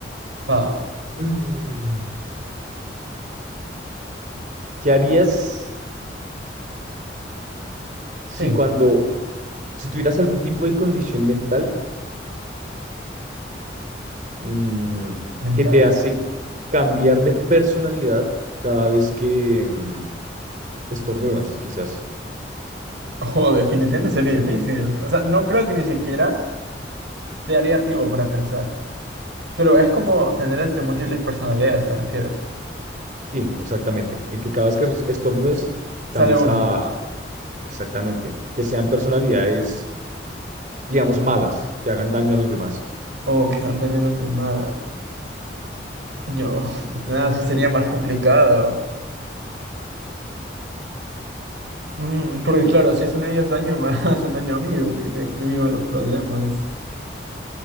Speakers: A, on the right (about 80°); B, on the right (about 45°).
A: Ah,
B: Mm, ¿Qué harías si
A: sí,
B: cuando, si tuvieras algún tipo de condición mental? mm,
A: mental.
B: que te hace cambiar de personalidad cada vez que mm, estornudas, quizás.
A: Oh, definitivamente sería difícil. O sea, no creo que ni siquiera te daría tiempo para pensar. Pero es como tener este múltiples personalidades, ¿te refieres?
B: Sí, exactamente. En que cada vez que res- estornudes,
A: Sale
B: cambies
A: una.
B: a... Exactamente. Que sean personalidades, digamos, malas, que hagan daño a los demás.
A: Oh, que han tenido los demás. Yo, <laughs> nada, sí sería más complicado. Mm, porque
B: Sí.
A: claro, si hacen a ellos daño, me <laughs> hacen daño a mí y me yo los problemas.